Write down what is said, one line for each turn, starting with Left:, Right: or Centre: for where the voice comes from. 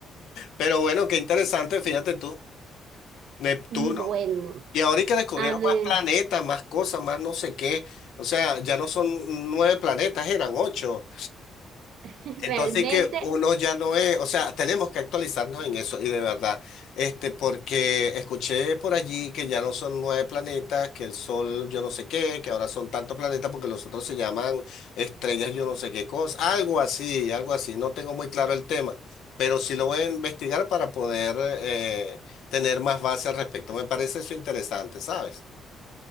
Left: Pero bueno, qué interesante, fíjate tú. Neptuno.
Right: Bueno,
Left: Y ahora y que descubrieron
Right: a ver,
Left: más planetas, más cosas, más no sé qué. O sea, ya no son nueve planetas, eran ocho.
Right: <laughs>
Left: Entonces
Right: realmente,
Left: que uno ya no es, o sea, tenemos que actualizarnos en eso y de verdad, este, porque escuché por allí que ya no son nueve planetas, que el Sol yo no sé qué, que ahora son tantos planetas porque los otros se llaman estrellas yo no sé qué cosa, algo así, algo así. No tengo muy claro el tema, pero sí lo voy a investigar para poder eh, tener más base al respecto. Me parece eso interesante, ¿sabes?